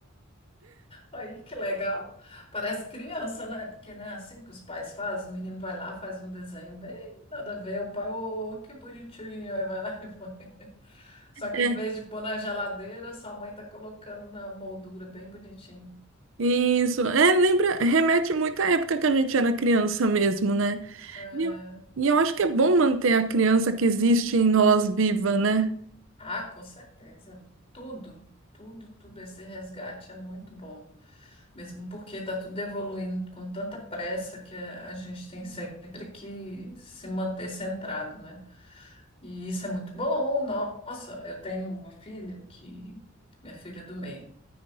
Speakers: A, on the left; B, on the right.
A: Aí, que legal. Parece criança, né? Porque não é assim que os pais fazem. O menino vai lá, faz um desenho bem nada a ver. O pai, ô, que bonitinho. Aí vai lá e <laughs> põe. Só que
B: é,
A: em vez de pôr na geladeira, sua mãe tá colocando na moldura bem bonitinho.
B: isso. É, lembra, remete muito à época que a gente era criança mesmo, né?
A: É.
B: E eu, e eu acho que é bom manter a criança que existe em nós viva, né?
A: Ah, com certeza. Tudo, tudo, tudo. Esse resgate é muito bom. Mesmo porque está tudo evoluindo com tanta pressa que a a gente tem sempre que se manter centrado, né? E isso é muito bom. Nossa, eu tenho uma filha que. Minha filha é do meio.